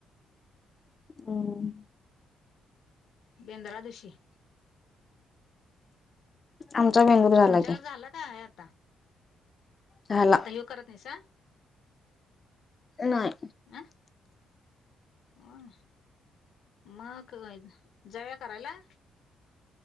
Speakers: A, on the left (about 35°); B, on the left (about 70°).
A: <unintelligible> <inaudible>
B: बेंद्र दिवशी?
A: आमचा बेंदूर झाला
B: तुमच्याकड
A: की.
B: झालं काय हाय आता?
A: झाला
B: म आता हो करत नाहीसा?
A: नाही.
B: अ हो, <unintelligible> मग जव्या करायला